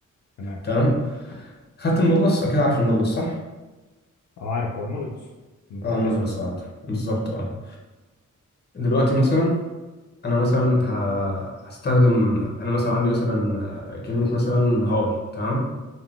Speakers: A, on the left; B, on the left.
A: تمام
B: تمام خدت المودلس اكيد عارف المودلس صح
A: اه عارف هو المودلز بتاع
B: اه المودلس
A: الاسم
B: اه بالظبط
A: امم
B: اه دلوقتي مثلا انا مثلا ه- هستخدم انا مثلا عندي مثلا آه، كلمة مثلا هاي تمام